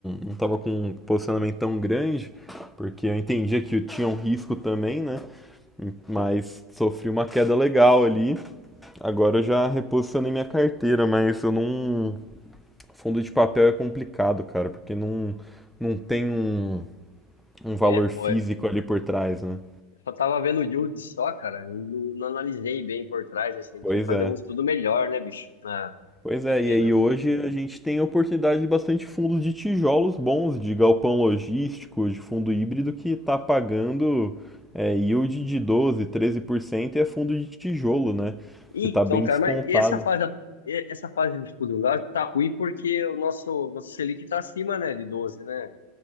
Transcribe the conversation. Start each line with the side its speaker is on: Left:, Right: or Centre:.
Centre: não tava com um posicionamento tão grande, porque eu entendia que eu tinha um risco também, né? Mas sofri uma queda legal ali. Agora eu já reposicionei minha carteira, mas eu não, fundo de papel é complicado, cara, porque não, não tem um, um valor
Left: É, pô,
Centre: físico
Left: é,
Centre: ali por trás, né?
Left: eu só tava vendo o yield só, cara, e não, não analisei bem por trás, assim,
Centre: Pois
Left: que fazer
Centre: é.
Left: um estudo melhor, né, bicho? Ah,
Centre: Pois
Left: que
Centre: é,
Left: pena.
Centre: e aí hoje a gente tem a oportunidade de bastante fundos de tijolos bons, de galpão logístico, de fundo híbrido que está pagando é, yield de 12, 13% e é fundo de tijolo, né?
Left: Então,
Centre: Que está bem
Left: cara,
Centre: descontado.
Left: mas essa fase, e- essa fase de estudo lá tá ruim porque o nosso, nosso Selic tá acima, né, de 12, né?